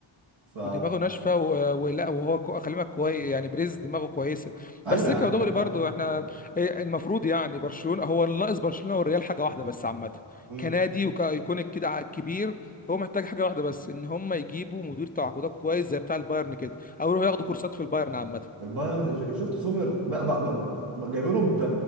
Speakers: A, on the right; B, on the left.
A: ف
B: ودماغه ناشفه و- ولا وهو كو- خلي بالك كويس يعني بريز دماغه كويسه
A: ايوه
B: بس
A: يا
B: سكه
A: عم
B: ودغري
A: بتاع
B: برضو
A: الشام.
B: احنا إيه المفروض يعني برشلونه هو اللي ناقص برشلونه والريال حاجه واحده بس عامه
A: امم
B: كنادي وكايكونيك كده ع- كبير هو محتاج حاجه واحده بس ان هم يجيبوا مدير تعاقدات كويس زي بتاع البايرن كده او يروحوا ياخدوا كورسات في البايرن عامه
A: البايرن ش- شفت سومر بقى بقى بقى بقى جايبينه ب